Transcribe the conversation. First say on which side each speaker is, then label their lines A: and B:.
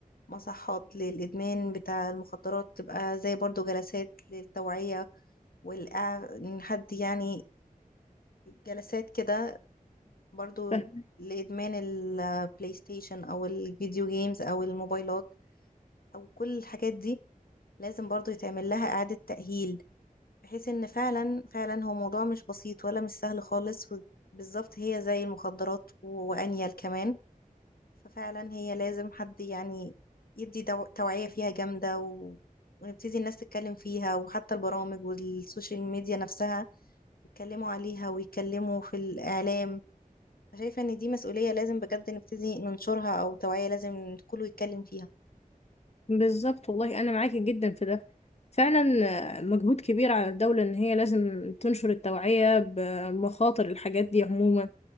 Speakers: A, on the left; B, on the left.
A: مصحات للإدمان بتاع المخدرات تبقى زي برضو جلسات للتوعية والإع- إن حد يعني جلسات كده برضو
B: فاهم
A: لإدمان البلاي ستيشن أو الفيديو جيمز أو الموبايلات او كل الحاجات دي لازم برضو يتعمل لها اعادة تأهيل بحيث ان فعلا فعلا هو موضوع مش بسيط ولا مش سهل خالص بالظبط هي زي المخدرات و- وانيل كمان ففعلا هي لازم حد يعني يدي دو- توعية فيها جامدة و... ونبتدي الناس تتكلم فيها وحتى البرامج والسوشيال ميديا نفسها يتكلموا عليها ويتكلموا في الإعلام شايفة ان دي مسؤولية لازم بجد نبتدي ننشرها او توعية لازم كله يتكلم فيها
B: بالظبط والله أنا معاكي جدا في ده فعلا آه، مجهود كبير على الدولة إن هي لازم تنشر التوعية بمخاطر الحاجات دي عموما